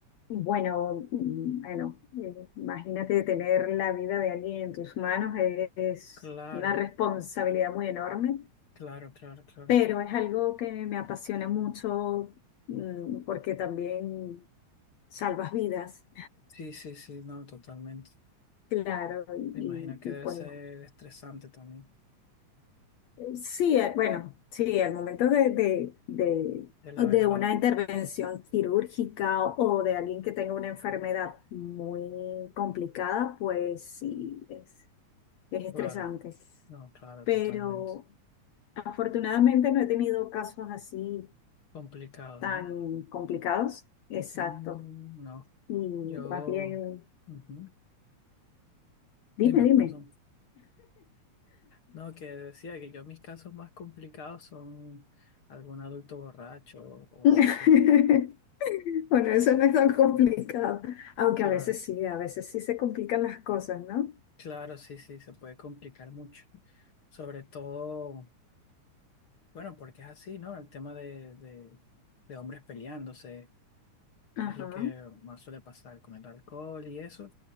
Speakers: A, on the left; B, on the left.
A: Bueno, mm, bueno, eh, imagínate tener la vida de alguien en tus manos, eh, es
B: Claro,
A: una responsabilidad muy enorme.
B: claro, claro, claro.
A: pero es algo que me apasiona mucho mm, porque también salvas vidas,
B: Sí, sí, sí, no, totalmente.
A: <laughs> claro,
B: Me
A: y,
B: imagino que
A: y
B: debe
A: pues
B: ser estresante también,
A: eh, sí, eh, bueno, sí, al momento de, de, de,
B: de la
A: de
B: verdad.
A: una intervención quirúrgica o de alguien que tenga una enfermedad muy complicada, pues sí, es, es estresante.
B: Claro, no, claro,
A: Pero
B: totalmente.
A: afortunadamente no he tenido casos así
B: Complicado,
A: tan
B: ¿no?
A: complicados. Exacto.
B: Mm, no.
A: Y
B: Yo,
A: más bien,
B: ujú,
A: dime,
B: Dime,
A: dime.
B: perdón. No, que decía que yo mis casos más complicados son algún adulto borracho o, o
A: <laughs>
B: algo así.
A: Bueno, eso no es tan complicado, aunque
B: Claro,
A: a veces sí, a veces sí se complican las cosas, ¿no?
B: claro, sí, sí, se puede complicar mucho. Sobre todo, bueno, porque es así, ¿no? El tema de, de, de hombres peleándose
A: Ajá,
B: es lo que más suele pasar con el alcohol y eso.